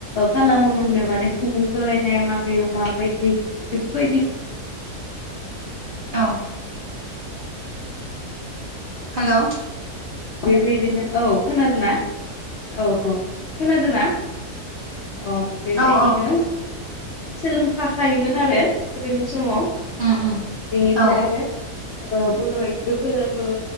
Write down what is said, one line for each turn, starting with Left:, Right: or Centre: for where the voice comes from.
Left: खालामोमोननो माने खुंजों जरायनाय माबे माबायदि बेफोरबादि
Right: औ। हेलौ।
Left: बेबादिनो औ खोनादों ना औ औ। खोनादों ना अ बेबादिनो
Right: औ औ
Left: सोलोंफाखायोमोन आरो गोदोनि समाव
Right: उम उम
Left: बिनिफ्राय
Right: औ
Left: आरो बर आइजोफोराथ'